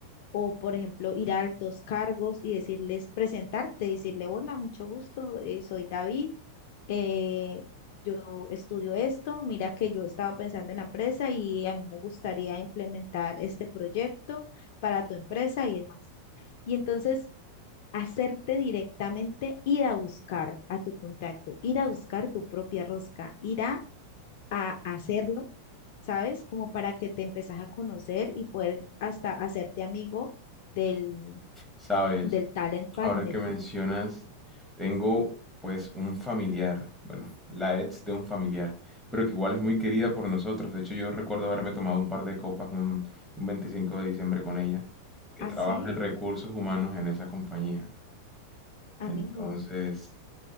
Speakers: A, on the left (about 50°); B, in the centre.
A: o, por ejemplo, ir a altos cargos y decirles, presentarte, decirle, hola, mucho gusto, eh, soy David, eh, yo estudio esto, mira que yo estaba pensando en la empresa y a mí me gustaría implementar este proyecto para tu empresa y demás. Y entonces hacerte directamente ir a buscar a tu contacto, ir a buscar tu propia rosca, ir a, a hacerlo, ¿sabes? Como para que te empezás a conocer y poder hasta hacerte amigo del,
B: Sabes,
A: del talent partner.
B: ahora que mencionas, tengo pues un familiar, bueno, la ex de un familiar, pero que igual
A: Ujú.
B: es muy querida por nosotros. De hecho, yo recuerdo haberme tomado un par de copas un, un 25 de diciembre con ella, que
A: Así,
B: trabaja en recursos humanos en esa compañía.
A: amigo,
B: Entonces,